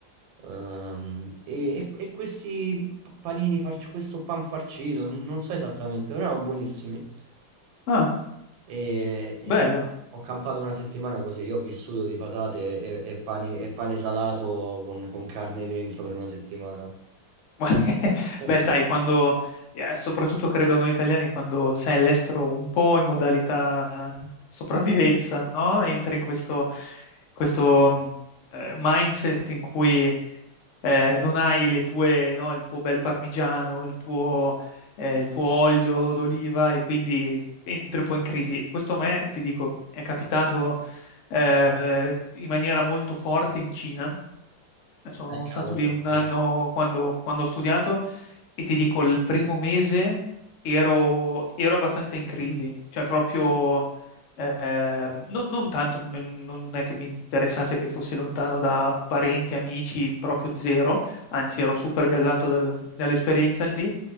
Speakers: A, on the right; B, on the left.
A: Ehm, e, e- e questi p- panini, farci- questo pan farcito, n- non so esattamente, però erano buonissimi.
B: Ah,
A: E,
B: bello.
A: e ho campato una settimana così, io ho vissuto di patate e, e pani- e pane salato con, con carne dentro per una settimana.
B: <laughs>
A: Eh,
B: Beh, sai, quando, eh, soprattutto credo noi italiani, quando sei all'estero un po' in modalità sopravvivenza, no? Entri in questo, questo mh, eh, mindset in cui eh, non hai le tue, no, il tuo bel parmigiano, il tuo, eh, il tuo olio d'oliva e quindi entri un po' in crisi. Questo a me, ti dico, è capitato eh, in maniera molto forte in Cina Eh, Sono
A: cavolo,
B: stato lì un anno
A: eh,
B: quando, quando ho studiato e ti dico, il primo mese ero, ero abbastanza in crisi, cioè proprio eh, no- non tanto, m- non è che mi interessasse che fossi lontano da parenti, amici, proprio zero, anzi ero super gasato dal- dall'esperienza lì,